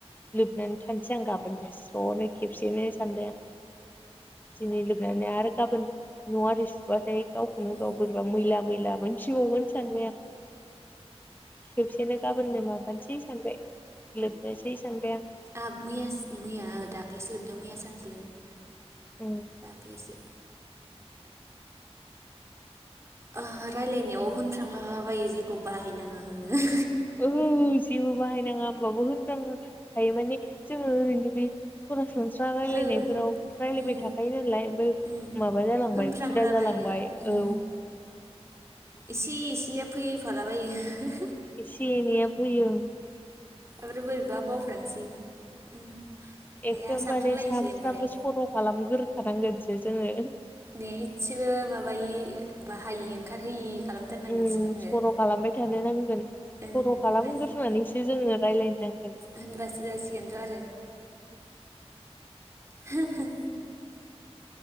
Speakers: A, on the left; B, on the right.
A: लोबनानै थानोसै आं गाबोननो स्र'नो खेबसेयनो सानबाय आं। दिनै लुबनानै आरो गाबोन न'वारि सुबाथाय गावखौनो
B: उम
A: गाव बोरैबा मैला- मैला मोनफिनबावगोन सानबाय आं। खेबसेनो गाबोननो माबानोसे सानबाय। लोबनोसै सानबाय आं
B: आहाबो मैयास मैया दाख्लैसो लोबदों मैया सानसे
A: उम
B: दाख्लैसो ओ रायलायनायाव होनफ्लांलाबायो जेखौ बाहायनाङा होनो।
A: ओहो जेबो बाहायनाङा होमबाबो होनफ्लांखायो माने जोङो ओरैनो बे सरासनस्रा रायलायनायफोराव
B: ओं
A: रायलायबाय
B: उम
A: थाखायो नालाय ओमफ्राय
B: उम
A: माबा जालांबाय
B: होनफ्रांलाबायो
A: हुदा जालांबाय
B: ओ
A: औ
B: एसे एसेया फै फालाबायो
A: एसे - एनैया फैयो।
B: आरो बोरैबा बावफ्रांसै। ओं
A: एखदमबारे
B: आइया सानफ्रांलायनोसै
A: सानफ्रामबो
B: ओमफ्राय
A: सर' खालामग्रोखानांगोनसो जोङो।
B: ने इसेबो माबायो बाहायि ओंखारहोयि खालामथारनांगोनसो
A: उम
B: जोङो
A: सर' खालामबाय थानो नांगोन।
B: ओं
A: सर' खालामगोरोनानैसो
B: होनबासो
A: जोङो रायलायनांगोन।
B: होनबासो जासिगोनथ' आरो
A: <inaudible>
B: हो हो